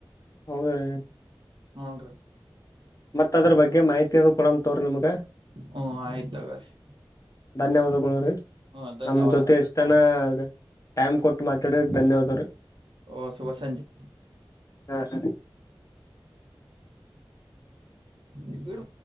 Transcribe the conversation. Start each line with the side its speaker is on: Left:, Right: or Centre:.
Left: ಹೌದ್ರಿ
Right: ಹ್ನ್ರಿ
Left: ಮತ್ತ ಅದ್ರ ಬಗ್ಗೆ ಮಾಹಿತಿ ಅದು ಕೊಡಂತವ್ರ ನಿಮ್ಗ
Right: ಹ್ಮ್ ಆಯ್ತ್ ತಗೋರಿ
Left: ಧನ್ಯವಾದಗಳು ರೀ
Right: ಹ್ಮ ಧನ್ಯವಾದಗಳು
Left: ನಮ ಜೊತೆ ಎಷ್ಟ ಚ ಟೈಮ್ ಕೊಟ್ಟು ಮಾತಾಡಿದ್ಕೆ ಧನ್ಯವಾದಗಳು
Right: ಓ ಶುಭ ಸಂಜೆ
Left: ಹಾ ಹಾ
Right: ಸ್ಪೀಡ್